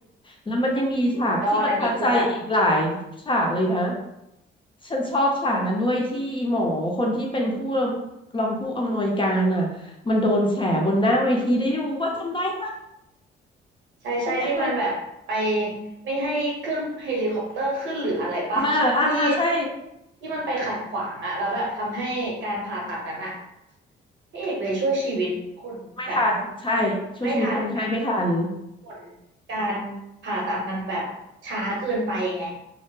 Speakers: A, on the left; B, on the right.
A: แล้วมันยังมีฉากที่ประทับใจอีกหลายฉากเลยนะ
B: สุดยอดอันนี้คือแบบ
A: ฉันชอบฉากนั้นด้วยที่อีหมอคนที่เป็นผู้
B: แบบ
A: รองผู้อำนวยการอ่ะมันโดนแฉบนหน้าเวทีได้ดูว่าจำได้ไหม
B: ใช่ใช่ที่มันแบบไป
A: จำได้ไหม
B: ไม่ให้เครื่องเฮลิคอปเตอร์ขึ้นหรืออะไรปะที่
A: อ่าอ่าอ่าใช่
B: ที่มันไปขัดขวางอะแล้วแบบทำให้การผ่าตัดนั้นอะพระเอกเลยช่วยชีวิตคนแบบ
A: ไม่ทันใช่ช่วยชีวิตคนไข้ไม่ทัน
B: ไม่ทันแบบผลการผ่าตัดมันแบบช้าเกินไปไง